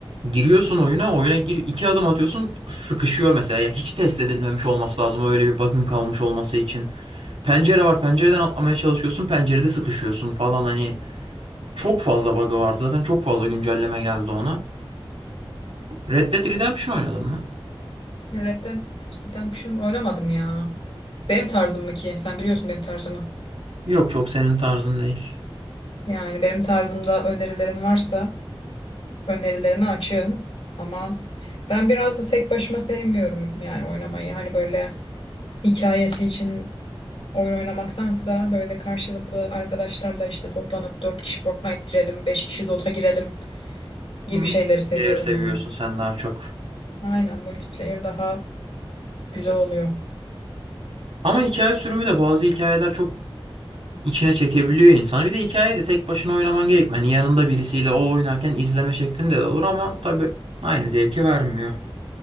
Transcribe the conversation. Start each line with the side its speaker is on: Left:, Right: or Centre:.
Right: giriyorsun oyuna oyuna gir iki adım atıyorsun sıkışıyor mesela. Ya hiç test edilmemiş olması lazım öyle bir bug'ın kalmış olması için. Pencere var pencereden atlamaya çalışıyorsun pencerede sıkışıyorsun falan hani çok fazla bug'ı vardı zaten çok fazla güncelleme geldi ona. Red Dead Redemption oynadın mı?
Left: Red Dead Redemption oynamadım ya. Benim tarzım mı ki? Sen biliyorsun benim tarzımı.
Right: Yok çok senin tarzın değil.
Left: Yani benim tarzımda önerilerin varsa önerilerine açığım ama ben biraz da tek başıma sevmiyorum yani oynamayı. Hani böyle hikayesi için oyun oynamaktansa böyle karşılıklı arkadaşlarla işte toplanıp 4 kişi Fortnite girelim, 5 kişi Dota girelim gibi
Right: Multiplayer
Left: şeyleri seviyorum
Right: seviyorsun
Left: yani.
Right: sen daha çok.
Left: Aynen multiplayer daha güzel oluyor.
Right: Ama hikaye sürümü de bazı hikayeler çok içine çekebiliyor insanı. Bir de hikayeyi de tek başına oynaman gerekmiyor. Yani yanında birisiyle o oynarken izleme şeklinde de olur ama tabii aynı zevki vermiyor.